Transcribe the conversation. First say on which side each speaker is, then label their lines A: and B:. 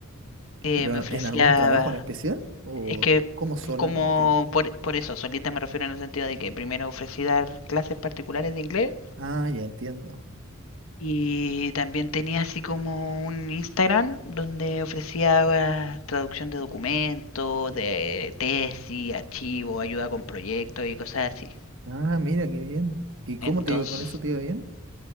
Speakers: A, on the left; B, on the right.
A: Eh,
B: ¿Pero
A: me ofrecía...
B: en algún trabajo en especial? ¿O
A: Es que
B: cómo sola?
A: como
B: No entiendo.
A: por, por eso, solita me refiero en el sentido de que primero ofrecí dar clases particulares de inglés
B: Ah, ya entiendo.
A: Y también tenía así como un Instagram donde ofrecía eh, traducción de documentos, de tesis, archivos, ayuda con proyectos y cosas así.
B: Ah, mira, qué bien. ¿Y cómo
A: Entonces,
B: te iba con eso? ¿Te iba bien?